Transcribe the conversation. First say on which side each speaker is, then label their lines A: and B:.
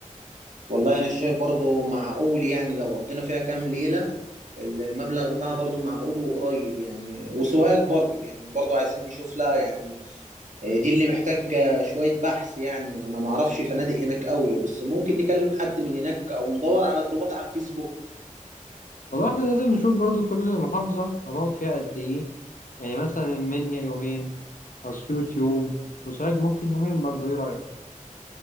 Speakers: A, on the right; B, on the left.
A: والله أنا شايف برضو معقول يعني لو قضينا فيها كام ليلة ال- المبلغ بتاعها برضو معقول وقريب يعني وسوهاج برضو يعني برضو عايزين نشوف لها يعني آه، دي اللي محتاجة شوية بحث يعني أنا معرفش فنادق هناك قوي بس ممكن نكلم حد من هناك أو ندور على جروبات على الفيسبوك
B: والله احنا لازم نشوف برضو كل محافظة هنقعد فيها قد إيه يعني مثلا المنيا يومين أسيوط يوم وسوهاج ممكن يومين برضو إيه رأيك؟